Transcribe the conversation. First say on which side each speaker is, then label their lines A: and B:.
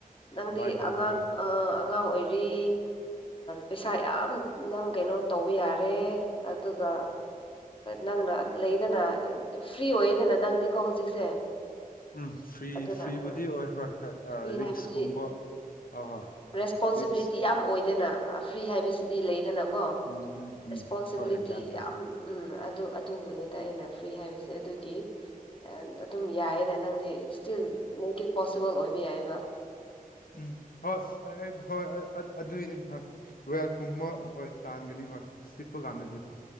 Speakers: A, on the left; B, on the left.
A: ꯅꯪꯗꯤ
B: ꯕꯥꯏꯟ ꯇꯧꯗꯦ
A: ꯑꯉꯥꯡ
B: ꯍꯣꯏ
A: ꯑ ꯑꯉꯥꯡ ꯑꯣꯏꯔꯤ ꯄꯩꯁꯥ ꯌꯥꯝ ꯅꯪ ꯀꯩꯅꯣ ꯇꯧꯕ ꯌꯥꯔꯦ ꯑꯗꯨꯒ ꯅꯪꯅ ꯂꯩꯗꯅ ꯐ꯭ꯔꯤ ꯑꯣꯏꯌꯦꯗꯅ ꯅꯪꯗꯤꯀꯣ ꯍꯧꯖꯤꯛꯁꯦ
B: ꯎꯝ ꯐ꯭ꯔꯤ
A: ꯑꯗꯨꯅ
B: ꯐ꯭ꯔꯤꯕꯨꯗꯤ
A: ꯎꯝ
B: ꯑꯣꯏ ꯍꯣꯏ ꯍꯣꯏ
A: ꯐ
B: ꯔꯤꯛꯁꯀꯨꯝꯕ
A: ꯍꯥꯏꯕꯗꯤ
B: ꯑ ꯍꯣꯏ
A: ꯔꯦꯁꯄꯣꯟꯁꯤꯕꯤꯂꯤꯇꯤ
B: ꯔꯤꯛꯁ
A: ꯌꯥꯝ ꯑꯣꯏꯗꯅ ꯐ꯭ꯔꯤ ꯍꯥꯏꯕꯁꯤꯗꯤ ꯂꯩꯗꯅꯀꯣ ꯀꯣ
B: ꯎꯝ ꯎꯝ ꯎꯝ
A: ꯔꯦꯁꯄꯣꯟꯁꯤꯕꯤꯂꯤꯇꯤ
B: ꯍꯣꯏ ꯍꯣꯏ ꯒ꯭ꯌꯥꯟ ꯇꯥꯏ
A: ꯌꯥꯝ ꯎꯝ ꯑꯗꯨ ꯑꯗꯨꯕꯨꯅꯤ ꯑꯗꯨꯗ ꯑꯩꯅ ꯐ꯭ꯔꯤ ꯍꯥꯏꯕꯁꯦ ꯑꯗꯨꯒꯤ ꯑꯗꯨꯝ ꯌꯥꯏꯌꯦꯅꯦ ꯅꯪꯗꯤ ꯏꯁ꯭ꯇꯤꯜ ꯃꯦꯛ ꯏꯠ ꯄꯣꯁꯤꯕꯜ ꯑꯣꯏꯕ ꯌꯥꯏꯑꯕ
B: ꯎꯝ ꯍꯣꯏ ꯑꯩ ꯍꯣꯏ ꯑꯗꯨꯏꯅꯦ ꯍꯣꯏ ꯦꯜ ꯀꯨꯝ ꯍꯣꯏ ꯇꯥꯟꯒꯅꯤ ꯍꯣꯏ ꯄꯤꯛꯄ ꯀꯥꯟꯅꯗ꯭ꯔꯤꯀꯣ